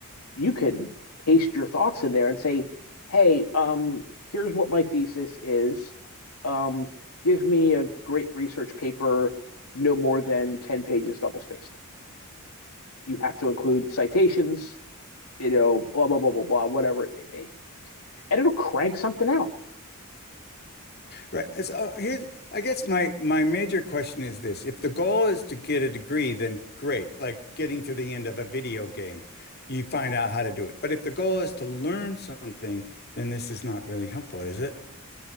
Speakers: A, on the left; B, on the left.
A: you can paste your thoughts in there and say, "Hey, um, here's what my thesis is. Um, give me a great research paper, no more than 10 pages double spaced. You have to include citations, you know, blah, blah, blah, blah, blah, whatever it may be. And it'll crank something out.
B: Right. So uh, here's, I guess my my major question is this. If the goal is to get a degree, then great. Like getting to the end of a video game, you find out how to do it. But if the goal is to learn something, then this is not really helpful, is it?